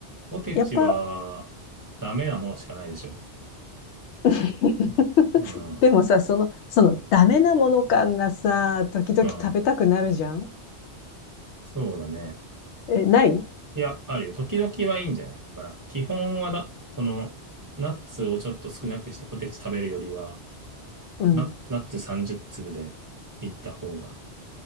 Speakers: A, on the right; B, on the left.
A: ポテチはダメなものしかないでしょ。
B: やっぱ、<laughs>
A: うん。
B: でもさ、その、その、ダメなもの感がさ、時々食べたくなるじゃん
A: うん。そうだね。
B: え、ない
A: いや、あるよ。時々はいいんじゃないだから、基本はだ、その、ナッツをちょっと少なくしてポテチ食べるよりは、
B: うん。
A: ナ、ナッツ30粒でいった方が。